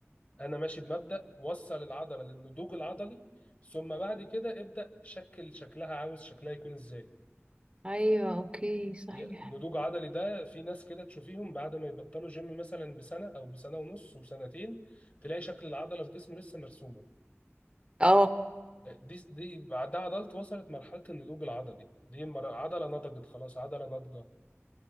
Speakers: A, on the left (about 35°); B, on the right (about 25°).
A: انا ماشي بمبدأ وصل العضلة للنضوج العضلي ثم بعد كده ابدأ شكل شكلها عاوز شكلها يكون ازاي
B: ايوه اوكي صحيح
A: ي- النضوج عضلي ده في ناس كده تشوفيهم بعد ما يبطلوا جيم مثلا بسنة او بسنة ونص وسنتين تلاقي شكل العضلة في جسمه لسه مرسومة
B: اه
A: دي دي بعدها عضلت وصلت مرحلة النضوج العضلي دي مر- عضلة نضجت خلاص عضلة ناضجة